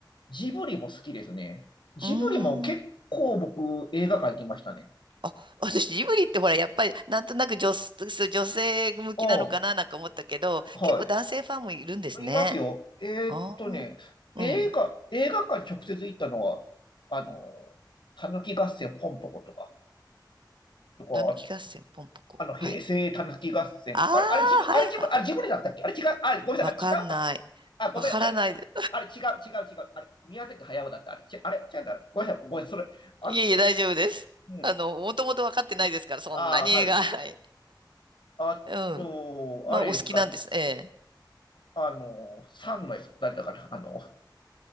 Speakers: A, on the left (about 80°); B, on the right (about 80°).
A: ジブリも好きですね。ジブリも結構僕、
B: うーん。
A: 映画館行きましたね。
B: あ、私、ジブリってほら、やっぱり、なんとなく女、そう女性向きなのかななんか思ったけど、
A: うん。はい。
B: 結構男性ファンもいるんですね。
A: いますよ。えーっとね、
B: ああ。
A: 映画、
B: うん。
A: 映画館直接行ったのは、あの、たぬき合戦ポンポコとか、とか、
B: たぬき合戦、ポンポコ。
A: あの、平成たぬき合戦。
B: はい。ああ、
A: あれ、あれ自分、
B: はいはい。
A: あれ自分、あれ自分でだったっけあれ違う、あれ、ごめんなさい、
B: わかんない。
A: あれ違うか。あ、ごめん、
B: わからない。
A: あれ、あれ違う、違う、違う。あれ、宮崎駿だった。あれ、ちあれ違うんだ。ごめんなさい、ごめんなさい、それ。あと、
B: いえいえ、大丈夫です。
A: うん、
B: あの、もともと分かってないですから、そんなに映画。
A: ああ、はい。
B: はい。
A: あと、
B: うん。まあ、
A: あれですか、
B: お好きなんです。え
A: あの、三のやつ、誰だったかな、あの、